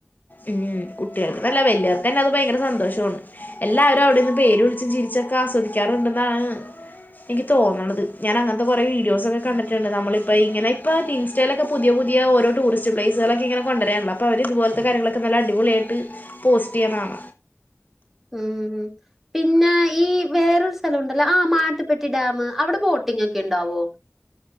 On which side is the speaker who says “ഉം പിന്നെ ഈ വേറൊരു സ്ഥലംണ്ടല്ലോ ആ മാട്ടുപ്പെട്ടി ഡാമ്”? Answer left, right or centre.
Centre